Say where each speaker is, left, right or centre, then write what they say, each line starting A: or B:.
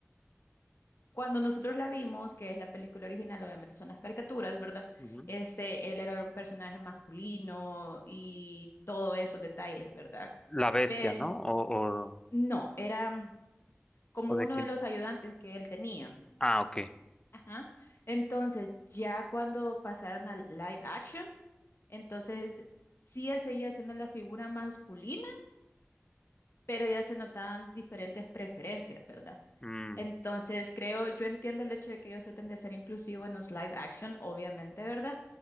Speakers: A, on the left; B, on the left.
A: cuando nosotros la vimos, que es la película original, obviamente son las caricaturas, ¿verdad?
B: Ujú.
A: Este, él era un personaje masculino y todos esos detalles, ¿verdad?
B: La bestia,
A: Pe-
B: ¿no? O, o,
A: no, era mm, como
B: o
A: uno
B: de quién.
A: de los ayudantes que él tenía.
B: Ah, ok.
A: Ajá. Entonces, ya cuando pasaron al live action, entonces sí él seguía siendo la figura masculina pero ya se notaban diferentes preferencias, ¿verdad?
B: Mm.
A: Entonces, creo, yo entiendo el hecho de que ellos traten de ser inclusivos en los live action, obviamente, ¿verdad?